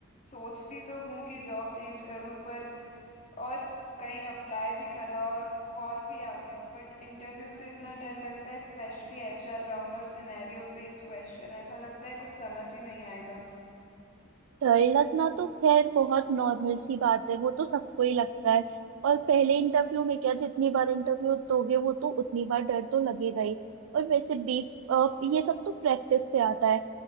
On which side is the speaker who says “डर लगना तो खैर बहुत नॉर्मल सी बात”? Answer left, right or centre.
Right